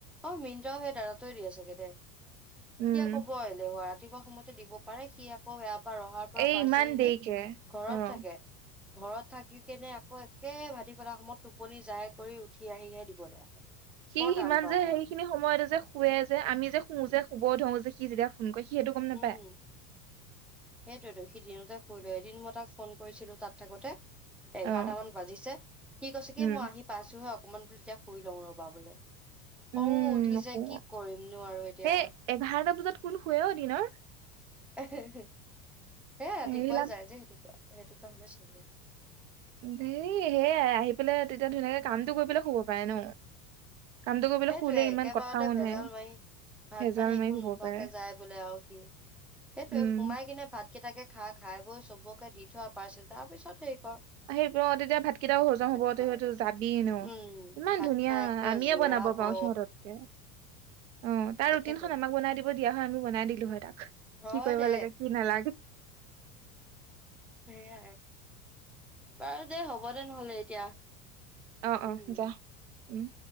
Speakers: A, in the centre; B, on the right (about 55°).
A: অ' মিণ্ট্ৰাও সেই দাদাতোয়ে দিয়ে চাগে দে।
B: উম
A: সি আক' বৰ এলেহুৱা। ৰাত ৰাতিপুৱা সময়তে দিব পাৰে সি আকৌ ৰহাৰ পৰা
B: এই
A: পাৰ্চেল
B: ইমান দেৰিকে
A: নি ঘৰত
B: অ
A: থাকে। ঘৰত থাকি কেনে আ আকৌ একে ভাটি বেলা সময়ত টোপনি যাই কৰি উঠি আহিহে দিবলৈ আহে।
B: সি
A: বৰ
B: সিমান
A: টান পাওঁ
B: যে
A: মই
B: সেইখিনি সময়তে যে শুৱে যে, আমি যে শু যে <unintelligible> সি যেতিয়া ফোন কৰে সি সেইটো গম নাপায়
A: উম, সেইটোৱেতো সি দিনতে শুই লয়। এদিন মই তাক ফোন কৰিছিলো, তাত থাকোতে এঘাৰটামান
B: অ
A: বাজিছে, সি আছে
B: উম
A: কি মই আহি পাইছোহে অকমান বুলি যেতিয়া শুই লওঁ ৰ'বা বোলে।
B: উম
A: অ', উঠিছে
B: নকো
A: কি কৰিমনো আৰু এতিয়া।
B: সেই এঘাৰটা বজাত কোন শুৱে অ', দিনৰ।
A: <unintelligible> এ ৰাতিপুৱাই
B: এইবিলাক
A: যায় যে সেইটোক এইটো কাৰণে চাগে।
B: ধেই সেয়াইআহি পেলাই তেতিয়া ধুনীয়াকে কামটো কৰি পেলাই শুব পাৰে ন। কামটো কৰিবলৈ
A: সেইটোৱে
B: শুলে ইমান
A: একেবাৰতে
B: কথাও
A: ভেজাল
B: নাই
A: মাৰি, ভাত
B: ভেজাল
A: পানী একো
B: মাৰি শুব
A: নোখোৱাকে
B: পাৰে
A: যায় বোলে আৰু সি, সেইটোৱে
B: উম
A: সোমাই কিনে ভাত কেইটাকে খা-খাই বৈ চবকে দি থোৱা পাৰ্চেল, তাৰপিছত সেই
B: সেই অ', তেতিয়া ভাত কেইটাও হজম হব
A: খাই
B: তই <unintelligible> যাবি ন',
A: উম
B: ইমান
A: ভাত
B: ধুনীয়া
A: খাই আকৌ
B: আমিয়ে
A: জিৰাব
B: বনাব পাৰো
A: অ
B: সিহঁততকে। অ', তাৰ
A: তাকেতো
B: ৰুটিন খন আমাক বনাই দিব <unintelligible> হয়, আমি বনাই দিলোঁ হয়, তাক
A: হয়,
B: কি কৰিব
A: দে,
B: লাগে কি নালাগে
A: সেইয়ায়ে। বাৰু দে হ'ব দে নহ'লে এতিয়া,
B: অ অ
A: উম।
B: যা উম।